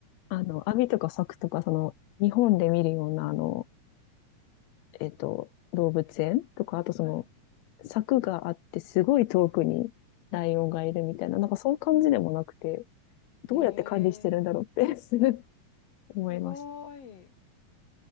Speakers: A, on the left; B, on the left.
A: あの、網とか柵とか、その、日本で見るような、あの、えっと、動物園とか、あとその、
B: はい。
A: 柵があってすごい遠くにライオンがいるみたいな、なんかそういう感じでもなくて、
B: うんう
A: どうやって管理してるんだろうって
B: ん。ええー
A: <laughs> 思いました。
B: すごーい。